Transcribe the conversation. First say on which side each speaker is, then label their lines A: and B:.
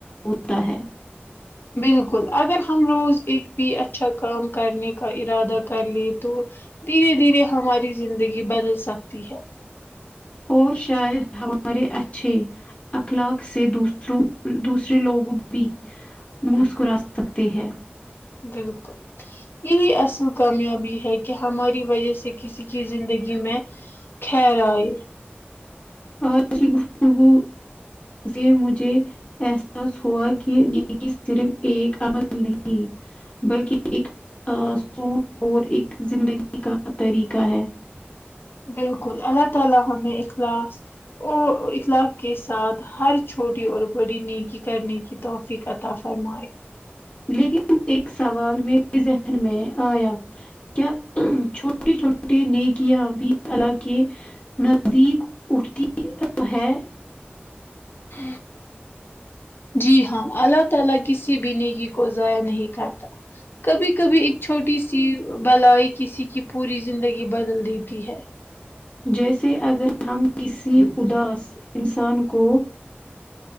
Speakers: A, on the left; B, on the left.
A: ہوتا ہے
B: بالکل اگر ہم روز ایک بھی اچھا کام کرنے کا ارادہ کر لیں تو دھیرے دھیرے ہماری زندگی بدل سکتی ہے
A: اور شاید ہمارے اچھے اخلاق سے دوسروں دوسرے لوگوں بھی مسکرا سکتے ہیں
B: بالکل یہی اصل کامیابی ہے کہ ہماری وجہ سے کسی کی زندگی میں خیر آئے
A: آج کی گفتگو سے مجھے احساس ہوا کہ نیکی صرف ایک عمل نہیں بلکہ ایک سوچ اور ایک زندگی کا طریقہ ہے
B: بالکل اللہ تعالی ہمیں اخلاص ا اخلاق کے ساتھ ہر چھوٹی اور بڑی نیکی کرنے کی توفیق عطا فرمائے
A: لیکن ایک سوال میرے ذہن میں آیا کیا چھوٹی چھوٹے نیکیاں بھی اللہ کے نزدیک اٹھتی ہے
B: ہ جی ہاں اللہ تعالی کسی بھی نیکی کو ضائع نہیں کرتا کبھی کبھی ایک چھوٹی سی بلائی کسی کی پوری زندگی بدل دیتی ہے
A: جیسے اگر ہم کسی اداس انسان کو